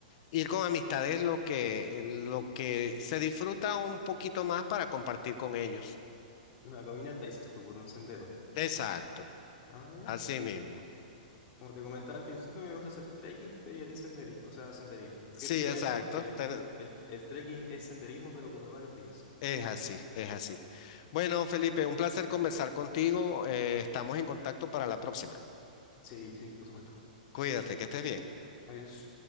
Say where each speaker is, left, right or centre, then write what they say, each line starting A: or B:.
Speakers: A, on the left (about 55°); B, on the left (about 35°).
A: Ir con amistades es lo que, lo que se disfruta un poquito más para compartir con ellos.
B: Una caminata, dices tú, por un sendero.
A: Exacto,
B: Ah, mira.
A: así mismo.
B: Como te comentaba al principio, a mí me gusta hacer trekking, pero ya di senderismo, o sea, senderismo. Que
A: Sí,
B: es diferente
A: exacto.
B: porque
A: ten-
B: el, el trekking es senderismo, pero por varios días.
A: Es así, es así. Bueno, Felipe, un placer conversar contigo. eh, estamos en contacto para la próxima.
B: Sí, sí, por supuesto.
A: Cuídate, que estés bien.
B: Adiós.